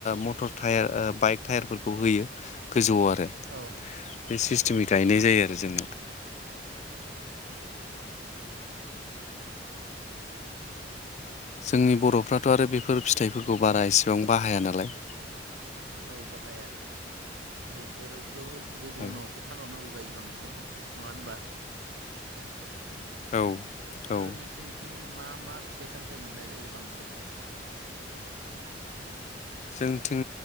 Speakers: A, on the left (about 40°); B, on the right (about 70°).
A: मटर टायार बाइक टायारफोरखौ होयो गोजौआव आरो
B: औ
A: बे सिस्टेमै
B: ओ औ
A: गायनाय जायो आरो जोंनाव <inaudible> जोंनि बर'फ्राथ' आरो बेफोर फिथाइफोरखौ बारा एसेबां बाहाया नालाय
B: औ बाहाया बेफोर गुबुनावसोानहरनांगौ
A: औ
B: जायो बांसिन नङा हबा
A: औ
B: आरो
A: औ
B: नोंसिोरनिथिं मा मा फिथाइ सामथायाइ मोननाय जायो बांसिन
A: जोंथिं